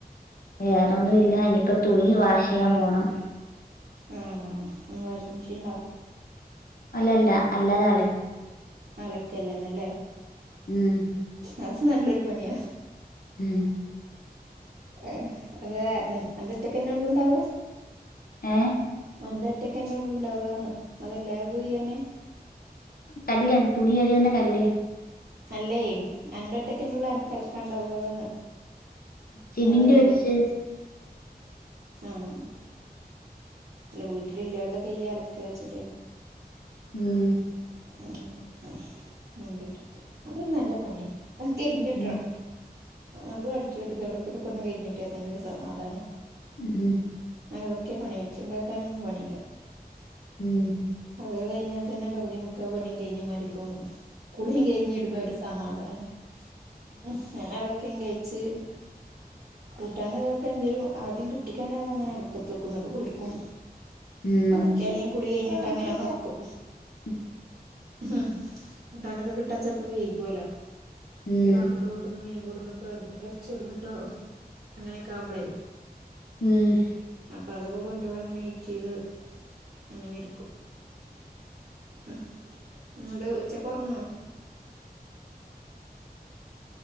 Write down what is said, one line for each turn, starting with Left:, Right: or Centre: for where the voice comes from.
Left: വേറേന്നും ഇല്ലാ ഇനിയിപ്പ തുണി വാഷിയ്യാം പോണം.
Right: ഉം, വാഷ് മെഷീൻണ്ടോ?
Left: അല്ലല്ല അല്ലാതാൻല്
Right: അലക്കല്ലന്നെല്ലേ
Left: ഉം
Right: ആ സ് നല്ലൊരു പണിയാ.
Left: ഉം
Right: ഏ അത് നിൻ അന്റെ ഒറ്റക്കെന്നെ ഉള്ളൂ ഉണ്ടാവാ?
Left: ഏഹ്‌?
Right: അന്റെ ഒറ്റക്കെന്നെ ഒള്ളൂ ണ്ടാവാന്ന് അതെല്ലാര്തും ഇയ്ന്നെ?
Left: കല്ലാണ് തുണി കഴുക്കുന്ന കല്ല്
Right: അല്ലേ അൻറ്റെ ഒറ്റെക്കെന്നെ ഒള്ളെ കൽക്കണ്ടത്ന്ന്
Left: സിമെന്റ്
Right: അതല്ലരുത്
Left: വെച്ച്
Right: ആഹ് അല്ല വീട്ടില് ഇല്ലോൽതൊക്കെ ഇയ്യ് അലക്കാച്ചിട്ട്
Left: ഉം
Right: <unintelligible> അതൊരു നല്ല പണിയാ അത് കഴിഞ്ഞിട്ടണം
Left: ഉം
Right: അതും അടിച്ചെരി തോടക്കലും ഒക്കെ ഒന്ന് കഴിഞ്ഞിട്ട്യാ തന്നെരു സമാധാന
Left: ഉം ഉം
Right: അതൊക്കെ പണി വെച്ച്ണ്ടാക്കാനൊന്നും പണില്ല
Left: ഉം ഉം
Right: അത്കള് കഴിഞ്ഞാ തന്നെ പകുതി മുക്കാ പണിയും കഴിഞ മാതിരി തോന്നും കുളിയും കഴിഞ്ഞിരുന്നിട്ട് സമാധാനം ഉം ഞാന് അതൊക്കെ കഴിച്ച് കൂട്ടാനും ന്തിനോക്കെ എന്തെലും ആദ്യം കിട്ടിക്കാണെ അത് അങ്ങനെ പ്പത്തെക്കും ഇന്നട്ട് കുളിക്കും
Left: ഉം
Right: ബാക്കി അല്ലെ കുളി കഴിഞ്ഞിട്ട് അങ്ങനെ നോക്കും
Left: ഉം
Right: ഉം കൂട്ടാനൊക്കെ കിട്ടാൻ ചെൽപ്പം വൈകുല്ലോ
Left: ഉം
Right: ആഹ് <unintelligible> പെട്ടന്ന് മീൻ കോട്ന്ന്ട്ടോ എർച്ചിട്ന്ന്ട്ടോ അങ്ങനെക്കെ ആവുമ്പളേ
Left: ഉം
Right: അപ്പ അതൊക്കെ കൊണ്ടോരോളം അങ്ങനെ വെറ്റ് ചെയ്ത് അങ്ങനെ ഇരിക്കും ഉം ഇന്നട്ട് ഉച്ചക്ക് ഒർങ്ങോ?
Left: <inaudible>